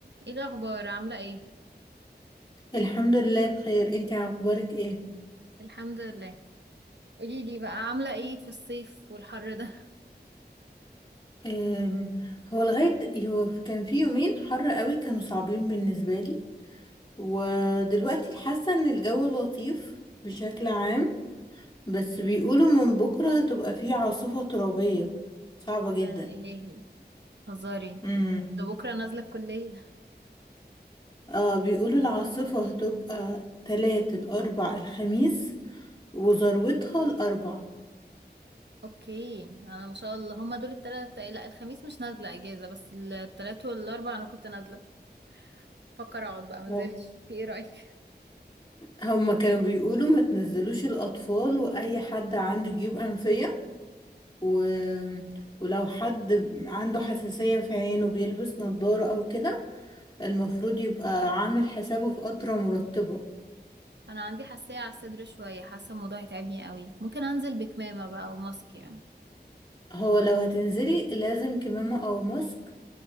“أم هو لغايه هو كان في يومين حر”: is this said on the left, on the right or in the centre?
Left